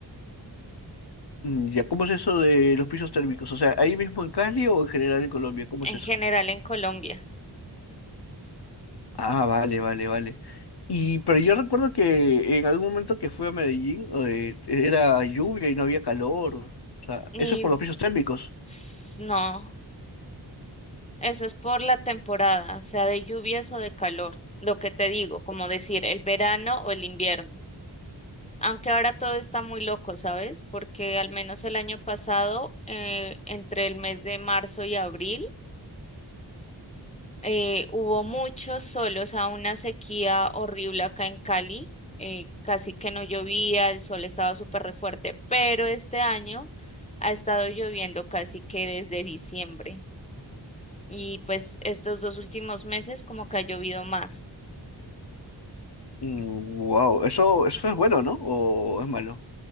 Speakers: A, on the left; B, on the left.
A: mm, Ya, ¿cómo es eso de los pisos térmicos? O sea, ahí mismo en Cali o en general en Colombia, ¿cómo
B: en
A: es eso?
B: general en Colombia.
A: Ah, vale, vale, vale. Y pero yo recuerdo que en algún momento que fui a Medellín eh, era lluvia y no había calor. O sea,
B: Y
A: eso es por los pisos térmicos.
B: ps, no, eso es por la temporada, o sea, de lluvias o de calor, lo que te digo, como decir el verano o el invierno. Aunque ahora todo está muy loco, ¿sabes? Porque al menos el año pasado, eh, entre el mes de marzo y abril, eh, hubo muchos solos, a una sequía horrible acá en Cali. eh, casi que no llovía, el sol estaba súper re fuerte, pero este año ha estado lloviendo casi que desde diciembre. Y pues estos dos últimos meses como que ha llovido más.
A: wow, eso, eso es bueno, ¿no? ¿O es malo?